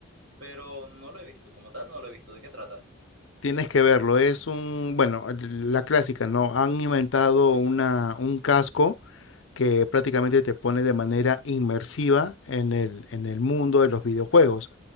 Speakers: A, on the right; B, on the left.
A: pero no lo he visto, como tal, no lo he visto. ¿De qué trata?
B: Tienes que verlo. Es un, bueno, la clásica, ¿no? Han inventado una, un casco que prácticamente te pone de manera inmersiva en el, en el mundo de los videojuegos.